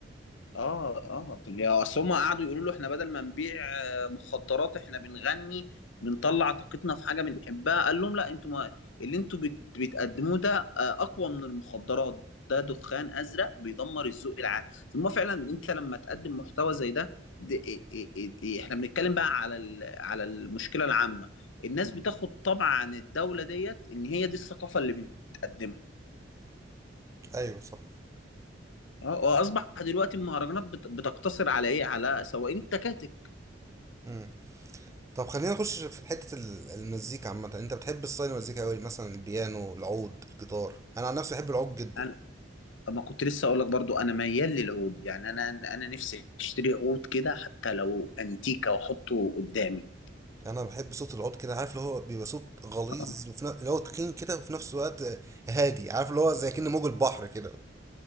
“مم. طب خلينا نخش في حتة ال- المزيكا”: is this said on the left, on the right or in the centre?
Right